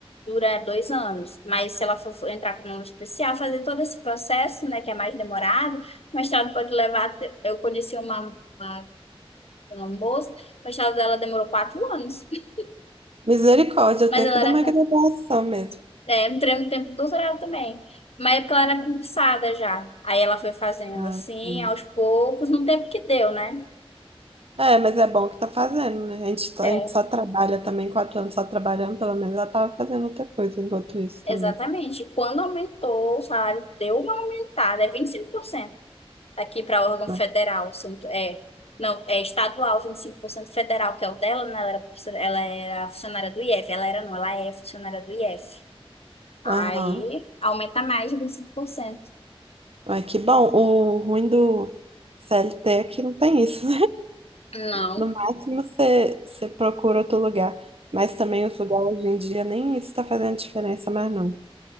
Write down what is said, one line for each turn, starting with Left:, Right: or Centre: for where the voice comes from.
Left: dura dois anos. Mas se ela for for entrar com um aluno especial, fazer todo esse processo, né, que é mais demorado, o mestrado pode levar. até- Eu conheci uma, uma, uma moça, o mestrado dela demorou quatro anos, <laughs>
Right: Misericórdia, o
Left: mas
Right: tempo
Left: ela era
Right: de uma
Left: com.
Right: graduação mesmo.
Left: É, entrei no tempo do doutorado também. Mas é porque ela era concursada já. Aí ela foi fazendo
Right: Ah,
Left: assim,
Right: sim.
Left: aos poucos, no tempo que deu, né?
Right: É, mas é bom que tá fazendo, né? A gente, tá-
Left: é
Right: a gente só trabalha também, quatro anos só trabalhando, pelo menos ela tava fazendo outra coisa enquanto isso também,
Left: Exatamente. Quando aumentou o salário, deu uma aumentada, é 25% aqui para órgão
Right: né?
Left: federal. se eu não tô- É, não, é estadual, 25% federal, que é o dela, né? Ela era, professora- ela era funcionária do IF. Ela era, não, ela é funcionária do IF. Aí
Right: Aham.
Left: aumenta mais de vinte e cinco por cento
Right: Ai, que bom. O ruim do CLT é que não tem isso.
Left: Não,
Right: No máximo você, você procura outro lugar. Mas também os lugares hoje em dia nem isso está fazendo diferença mais não.